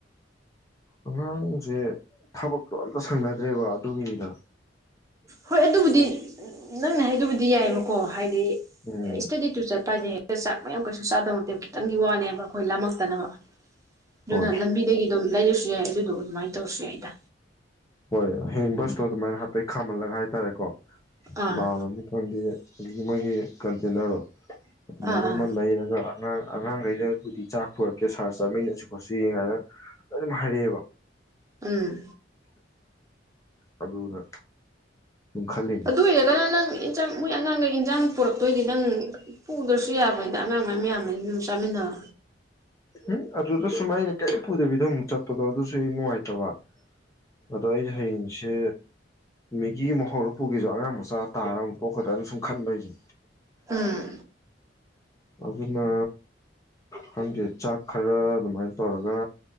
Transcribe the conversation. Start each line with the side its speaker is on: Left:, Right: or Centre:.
Left: ꯑꯉꯥꯡꯁꯦ ꯊꯕꯛꯇꯣ ꯑꯃꯝꯇ ꯁꯪꯅꯗ꯭ꯔꯦꯕ ꯑꯗꯨꯒꯤꯅꯤꯗ꯫
Right: ꯍꯣꯏ ꯑꯗꯨꯕꯨꯗꯤ ꯅꯪꯅ ꯍꯥꯏꯗꯨꯕꯨꯗꯤ ꯌꯥꯏꯑꯦꯕꯀꯣ꯫ ꯍꯥꯏꯗꯤ
Left: ꯎꯝ
Right: ꯏꯁꯇꯗꯤ ꯇꯨꯔ ꯆꯠꯄ ꯍꯥꯏꯁꯦ꯫ <unintelligible> ꯆꯥꯛ ꯃꯌꯥꯝ ꯀꯩꯁꯨ ꯆꯥꯗꯧꯕ ꯅꯠꯇꯦꯕ꯫ ꯈꯤꯇꯪꯒꯤ ꯋꯥꯅꯦꯕ ꯑꯩꯈꯣꯏ ꯂꯥꯝꯃꯛꯇꯅꯕ ꯑꯗꯨꯅ
Left: ꯍꯣꯏ
Right: ꯂꯝꯕꯤꯗꯒꯤ ꯑꯗꯨꯝ꯫ ꯂꯩꯔꯁꯨ ꯌꯥꯏ ꯑꯗꯨꯗꯣ ꯑꯗꯨꯃꯥꯏꯅ ꯇꯧꯔꯁꯨ ꯌꯥꯏꯗ
Left: ꯍꯣꯏ ꯍꯌꯦꯡ <unintelligible> ꯍꯥꯐꯦꯠ ꯈꯥꯝꯃꯜꯂꯒ ꯍꯥꯏꯇꯥꯔꯦꯀꯣ꯫
Right: ꯑꯥ
Left: ꯕꯥꯅꯤ <unintelligible> ꯑꯗꯒꯤ ꯃꯣꯏꯒꯤ ꯀꯟꯇꯦꯟꯅ꯭ꯔꯗꯣ꯫ ꯑꯗꯨꯃꯥꯏꯅ
Right: ꯑꯥ ꯑꯥ
Left: ꯑꯃ ꯂꯩꯔꯒ ꯑꯉꯥꯡ꯫ ꯑꯉꯥꯡꯈꯩꯅꯕꯨꯗꯤ ꯆꯥꯛ ꯄꯨꯔꯛꯀꯦ ꯁꯥꯔ ꯆꯥꯃꯤꯟꯅꯁꯤ ꯈꯣꯠꯁꯤ ꯀꯥꯏꯅ ꯂꯣꯏꯅꯃꯛ ꯍꯥꯏꯔꯛꯑꯦꯕ꯫
Right: ꯎꯝ
Left: ꯑꯗꯨꯅ ꯁꯨꯝ ꯈꯜꯂꯤꯅꯦ
Right: ꯑꯗꯨ ꯑꯣꯏꯔꯒꯅ ꯅꯪ꯫ ꯏꯟꯁꯥꯡ ꯃꯣꯏ ꯑꯉꯥꯡꯒꯩ ꯏꯟꯖꯥꯡ ꯄꯨꯣꯔꯛꯇꯣꯏꯗꯤ ꯅꯪ ꯄꯨꯗ꯭ꯔꯁꯨ ꯌꯥꯕꯅꯤꯗ ꯑꯉꯥꯡ ꯃꯌꯥꯝ ꯃꯌꯥꯝꯕ <unintelligible> ꯎꯝ ꯁꯃꯤꯅꯥꯥ
Left: ꯎꯝ ꯑꯗꯨꯗ ꯁꯨꯃꯥꯏꯅ ꯀꯔꯤ ꯄꯨꯗꯕꯤꯗ ꯑꯃꯨꯛ ꯆꯠꯄꯗꯣ ꯑꯗꯨꯁꯨ ꯍꯦꯛ ꯅꯨꯡꯉꯥꯏꯇꯕ꯫ ꯑꯗꯣ ꯑꯩꯗꯤ ꯍꯌꯦꯡꯁꯦ꯫ ꯃꯦꯒꯤ ꯑꯃꯨꯛ ꯍꯧꯔꯒ ꯄꯨꯒꯦꯁꯨ ꯑꯉꯥꯡ ꯃꯆꯥ ꯇꯥꯔꯒ ꯑꯃꯨꯛ ꯇꯣꯛꯀꯗ꯭ꯔꯥꯅ ꯁꯨꯝ ꯈꯟꯕ ꯑꯩꯁꯦ꯫
Right: ꯑꯥ
Left: ꯑꯗꯨꯅ ꯈꯪꯗꯦ ꯆꯥꯛ ꯈꯔ ꯑꯗꯨꯃꯥꯏꯅ ꯇꯧꯔꯒ